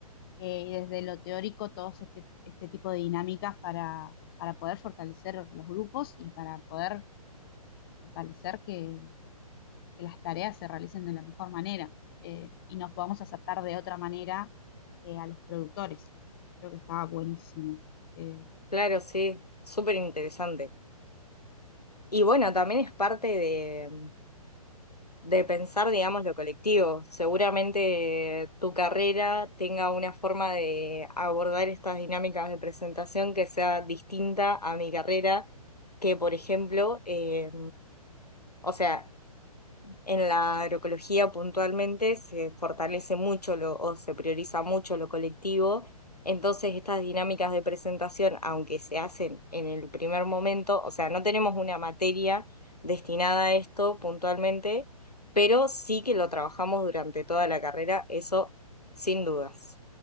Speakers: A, on the left; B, on the left.
A: eh, y desde lo teórico todos este, este tipo de dinámicas para, para poder fortalecer los grupos y para poder fortalecer que, que las tareas se realicen de la mejor manera eh, y nos podamos acercar de otra manera eh, a los productores. Creo que estaba buenísimo. Eh,
B: Claro, sí, súper interesante. Y bueno, también es parte de, de pensar, digamos, lo colectivo. Seguramente tu carrera tenga una forma de abordar estas dinámicas de presentación que sea distinta a mi carrera que, por ejemplo, eh, o sea, en la agroecología puntualmente se fortalece mucho lo, o se prioriza mucho lo colectivo, entonces estas dinámicas de presentación, aunque se hacen en el primer momento, o sea, no tenemos una materia destinada a esto puntualmente, pero sí que lo trabajamos durante toda la carrera, eso sin dudas.